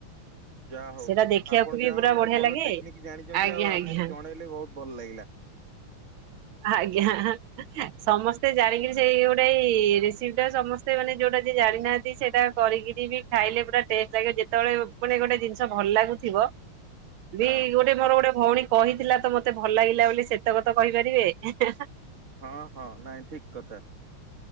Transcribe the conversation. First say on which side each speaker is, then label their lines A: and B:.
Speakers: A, on the right; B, on the right.
A: ଯା ହଉ।
B: ସେଟା ଦେଖିବାକୁ
A: ଆପଣ
B: ବି
A: ଯାହା
B: ପୁରା
A: ହଉ ଗୋଟେ
B: ବଢିଆ
A: ଭଲ
B: ଲାଗେ।
A: ଟେକ୍ନିକ ଜାଣିଛନ୍ତି
B: ଆଜ୍ଞା
A: ଆମକୁ
B: ଆଜ୍ଞା
A: ଜଣେଇଲେ ବହୁତ୍ ଭଲ ଲାଗିଲା।
B: ଆଜ୍ଞା। ସମସ୍ତେ ଜାଣିକରି ସେଇ ଗୋଟେ ଏଇ ରେସିପି ଟା ସମସ୍ତେ ମାନେ ଯୋଉଟା ଯ ଜାଣିନାହାନ୍ତି ସେଇଟା କରିକିରି ବି ଖାଇଲେ ପୁରା ଟେଷ୍ଟ ଲାଗିବ ଯେତେବେଳେ ମାନେ ଗୋଟେ ଜିନଷ ଭଲ ଲାଗୁଥିବ ବି
A: ହଁ।
B: ଗୋଟେ ମୋର ଗୋଟେ ଭଉଣୀ କହିଥିଲା ତ ମତେ ଭଲ ଲାଗିଲା ବୋଲି ସେତ ତ କହିପାରିବେ।
A: ହଁ ହଁ ନାଇଁ ଠିକ କଥା